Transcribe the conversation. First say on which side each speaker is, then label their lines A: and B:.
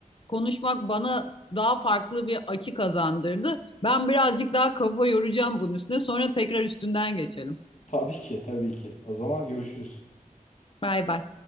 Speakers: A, on the left; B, on the left.
A: konuşmak bana daha farklı bir açı kazandırdı. Ben birazcık daha kafa yoracağım bunun üstüne. Sonra tekrar üstünden geçelim.
B: Tabii ki tabii ki. O zaman görüşürüz.
A: Bay bay.